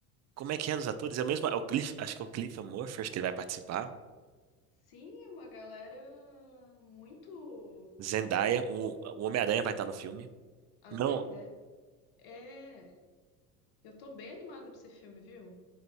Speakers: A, on the right (about 35°); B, on the left (about 55°).
A: como é que é dos atores? É o mesmo. é o Cliff... Acho que é o Cliff Murphy, acho que ele vai participar.
B: Sim, uma galera muito
A: Zendaya, o, o Homem-Aranha vai estar no filme.
B: azende.
A: Não,
B: É. Eu tô bem animada pra esse filme, viu?